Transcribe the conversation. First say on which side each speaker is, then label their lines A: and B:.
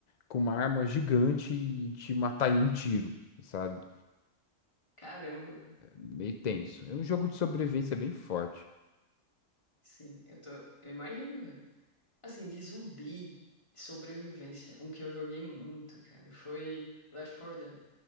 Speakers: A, on the left (about 65°); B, on the left (about 20°).
A: com uma arma gigante e te matar em um tiro, sabe?
B: Caramba.
A: É Meio tenso. É um jogo de sobrevivência bem forte.
B: Sim, eu tô. Eu imagino, velho. Assim, de zumbi, de sobrevivência, um que eu joguei muito, cara, foi Left 4 Dead.